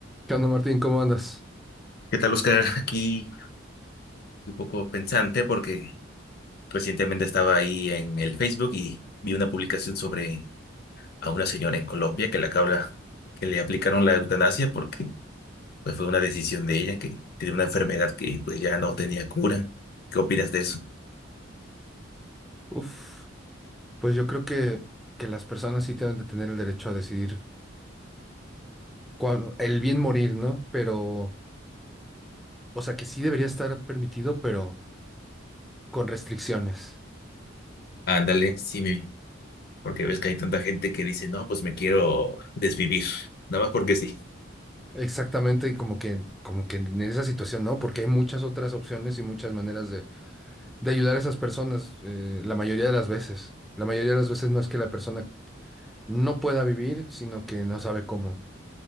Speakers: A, in the centre; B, on the left.
A: ¿Qué onda, Martín? ¿Cómo andas?
B: ¿Qué tal, Oscar? <laughs> Aquí un poco pensante porque recientemente estaba ahí en el Facebook y vi una publicación sobre a una señora en Colombia que la cabra que le aplicaron la eutanasia porque pues, fue una decisión de ella que tiene una enfermedad que pues ya no tenía cura. ¿Qué opinas de eso?
A: Uf, pues yo creo que, que las personas sí deben de tener el derecho a decidir cuán- el bien morir, ¿no? Pero, o sea, que sí debería estar permitido, pero con restricciones.
B: Ándale, sí, me- porque ves que hay tanta gente que dice, no, pues me quiero desvivir, nada más porque sí.
A: Exactamente, y como que, como que en esa situación, ¿no? Porque hay muchas otras opciones y muchas maneras de, de ayudar a esas personas, eh, la mayoría de las veces. La mayoría de las veces no es que la persona no pueda vivir, sino que no sabe cómo.